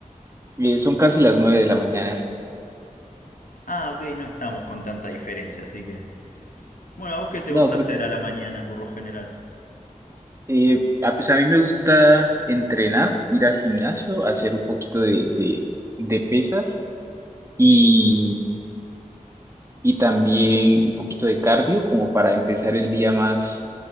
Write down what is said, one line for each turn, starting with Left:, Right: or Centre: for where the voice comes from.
Right: eh, son casi las nueve de la mañana.
Left: Ah, ok, no estamos con tanta diferencia, así que... Bueno, ¿a vos qué te
Right: No,
Left: gusta
Right: creo
Left: hacer a la mañana por lo general?
Right: que eh, ah, pues a mí me gusta entrenar, ir al gimnasio, hacer un poquito de, de, de pesas y, y también un poquito de cardio como para empezar el día más,